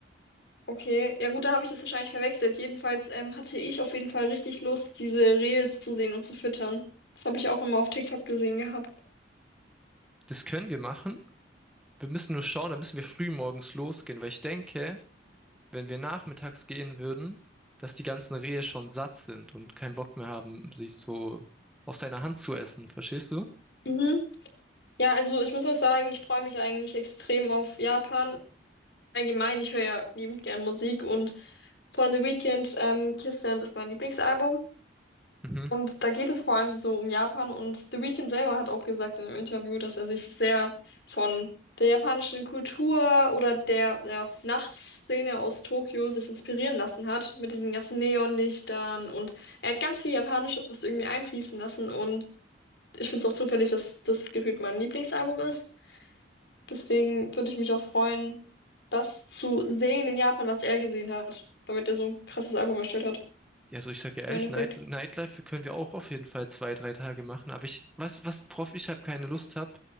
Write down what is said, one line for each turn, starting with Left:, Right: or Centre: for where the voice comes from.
Left: okay. Ja gut, da habe ich das wahrscheinlich verwechselt. Jedenfalls ähm, hatte ich auf jeden Fall richtig Lust, diese Rehe zu sehen und zu füttern. Das habe ich auch immer auf TikTok gesehen gehabt.
Centre: Das können wir machen. Wir müssen nur schauen, da müssen wir früh morgens losgehen, weil ich denke, wenn wir nachmittags gehen würden, dass die ganzen Rehe schon satt sind und keinen Bock mehr haben, sich so aus deiner Hand zu essen, verstehst du?
Left: Mhm. Ja, also ich muss auch sagen, ich freue mich eigentlich extrem auf Japan. Allgemein, ich höre ja liebend gern Musik und von The Weeknd, ähm, Kissland ist mein Lieblingsalbum.
Centre: Mhm.
Left: Und da geht es vor allem so um Japan und The Weeknd selber hat auch gesagt in einem Interview, dass er sich sehr von der japanischen Kultur oder der, ja, Nachtszene aus Tokio sich inspirieren lassen hat, mit diesen ganzen Neonlichtern und er hat ganz viel Japanisches irgendwie einfließen lassen und ich finde es auch zufällig, dass das gefühlt mein Lieblingsalbum ist. Deswegen würde ich mich auch freuen, das zu sehen in Japan, was er gesehen hat, damit er so ein krasses Album erstellt hat,
Centre: Ja, also ich sag ja ehrlich,
Left: im Endeffekt.
Centre: Night Nightlife können wir auch auf jeden Fall zwei, drei Tage machen. Aber ich, was, was, worauf ich halt keine Lust habe,